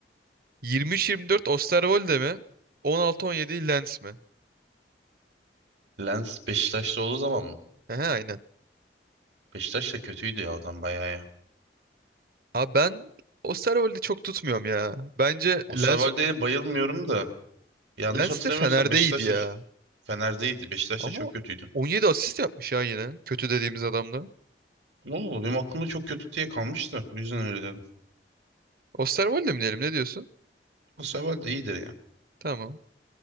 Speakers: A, on the right; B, on the right.
A: 23-24 Osterwolde mi? 16-17 Lens mi?
B: Lens Beşiktaş'ta olduğu zaman mı?
A: He, aynen.
B: Beşiktaş da kötüydü ya adam bayağı ya.
A: Abi ben Osterwolde'i çok tutmuyorum ya. Bence
B: Osterwolde'ye
A: Lens
B: bayılmıyorum da Yanlış
A: Lens
B: hatırlamıyorsam
A: de Fener'de
B: Beşiktaş'ta
A: iyiydi ya.
B: Fener'deydi. Beşiktaş'ta
A: Ama
B: çok kötüydü.
A: 17 asist yapmış ya yine. Kötü dediğimiz adamda.
B: Ne oldu? Benim aklımda çok kötü diye kalmıştı. O yüzden öyle dedim.
A: Osterwolde mi diyelim ne diyorsun?
B: O sefer de iyidir ya.
A: Tamam.